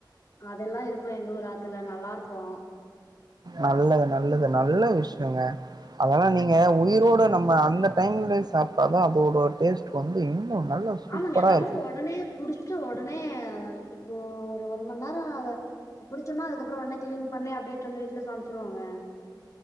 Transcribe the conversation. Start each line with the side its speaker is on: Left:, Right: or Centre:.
Left: அதெல்லா இருக்கு எங்க ஊர் ஆத்துல நல்லா இருக்கோம்
Right: நல்லது நல்லது நல்ல விஷ <unintelligible> அதெல்லாம் நீ ங்க உயிரோட நம்ம அந்த டைம்லயே சாப்ட்டாதான் அதோட டேஸ்ட் வந்து நல்லா சூப்பரா
Left: ஆமாங்க நாங்களும்
Right: இருக்கு
Left: உடனே புடிச்சிட்டு உடனே இப்போ ஒரு மணி நேரம் அத புடிச்சோனா அதுக்கப்புறம் உன்னே கிளீன் பண்ணி அப்டேட் வந்து வீட்டுல சமைச்சிருவோங்க